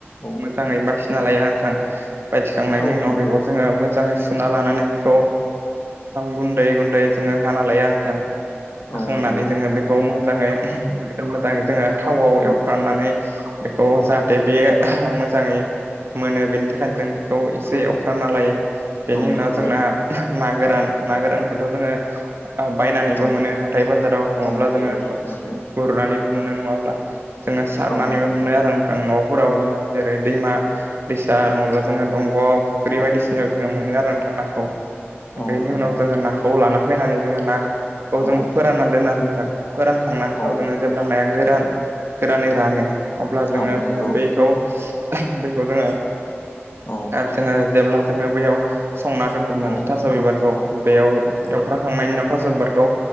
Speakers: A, on the left (about 55°); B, on the right (about 60°).
A: औ
B: मोजाङै बासि थिना लायो नोंथां बायदिखांनायनि
A: औ
B: उनाव
A: नंगौ
B: बेखौ जोङो मोजाङै सुना लानानै बेखौ गुन्दै गुन्दै जोङो हाना लायो आरो नोंथां हाखांनानै
A: औ नंगौ
B: जोङो बेखौ मोज जाङै मोजाङै जोङो थावआव
A: औ
B: एवफ्रांनानै खौ जाहाथे बेयो मोजाङै मोनो बेनि थाखायनो जों खौ एसे एवफ्रामना लायो बेनि
A: औ
B: उनाव
A: नंगौ
B: जोंना ना गोरान ना गोरानखौथ' जोङो बायनानैबो
A: औ
B: मोनो हाथाय बाजाराव नङाब्ला
A: औ नंगौ
B: जोङो
A: नंगौ मोनो
B: गुरनानैबो मोनो नङाब्ला जोङो सारनानैबो
A: औ नंगौ
B: मोनो आरो नोंथां न'आव फोराव जोङो जेरै दैमा दैसा नङाब्ला जोङो दंग' फुख्रि
A: औ
B: बायदिसिनायाव जोङो मोनो आरो थां नाखौ
A: औ
B: बेनि
A: नंगौ
B: उनाव जोङो नाखौ लाना फैनानै जोङो नाखौ
A: औ
B: जोङो फोराननानै दोननानै फोरानखांनायनि उनाव
A: औ
B: जोङो जेब्ला गोरान गोरानै रानो अब्ला जोङो
A: औ नंगौ
B: बैखौ बैखौ जोङो
A: औ
B: जोङो जेब्ला जोङो बैयाव संना दोन्दोंमोन
A: औ
B: थास' बिबारखौ
A: औ
B: बेयाव एवख्रांखांनायनि उनाव थास' बिबारखौ बेखौ